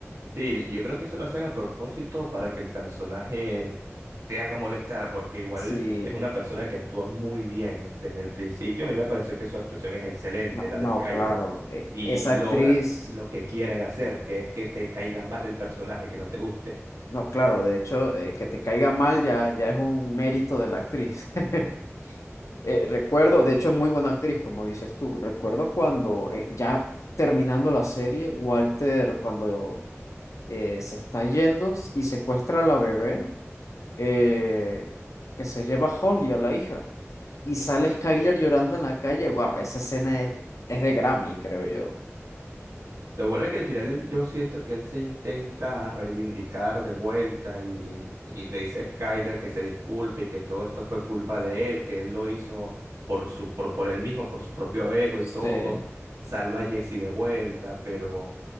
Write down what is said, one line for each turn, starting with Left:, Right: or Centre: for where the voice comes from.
Right: Sí, yo creo que eso lo hacen a propósito para que el personaje te haga molestar, porque igual
Left: Sí,
Right: es una persona que actúa muy bien desde el principio. A mí me pareció que su actuación es excelente,
Left: no,
Right: la
Left: no,
Right: de Skyler,
Left: claro, eh,
Right: y
Left: esa
Right: logran
Left: actriz,
Right: lo que quieren hacer, que es que te caiga mal el personaje, que no te guste.
Left: no, claro, de hecho, eh, que te caiga mal ya, ya es un mérito de la actriz. <laughs> Eh, recuerdo, de hecho, es muy buena actriz, como dices tú. Recuerdo cuando eh, ya terminando la serie, Walter, cuando eh, se está yendo y secuestra a la bebé, eh, que se lleva a Holly, a la hija, y sale Skyler llorando en la calle. Wow, esa escena es, es de Grammy, creo yo.
Right: Lo bueno es que al final él- yo siento que él se intenta reivindicar de vuelta y, y le dice a Skyler que se disculpe y que todo esto fue culpa de él, que él lo hizo por su, pro- por, él mismo, por su propio ego
Left: Sí.
Right: y todo. Salva a Jesse de vuelta, pero